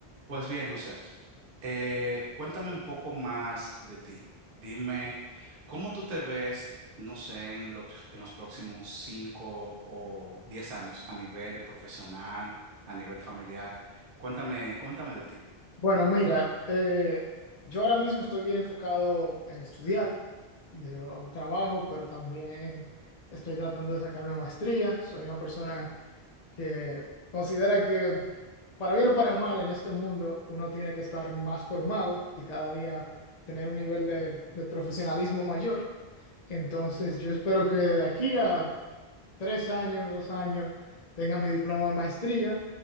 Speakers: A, on the right; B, on the left.
A: Pues bien, José, eh, cuéntame un poco más de ti. Dime, ¿cómo tú te ves, no sé, en los, en los próximos cinco o diez años a nivel profesional, a nivel familiar? Cuéntame, cuéntame de ti.
B: Bueno, mira, eh, yo ahora mismo estoy bien enfocado en estudiar. Yo trabajo, pero también estoy tratando de sacar una maestría. Soy una persona que considera que para bien o para mal en este mundo uno tiene que estar más formado y cada día tener un nivel de, de profesionalismo mayor. Entonces, yo espero que de aquí a tres años, dos años, tenga mi diploma de maestría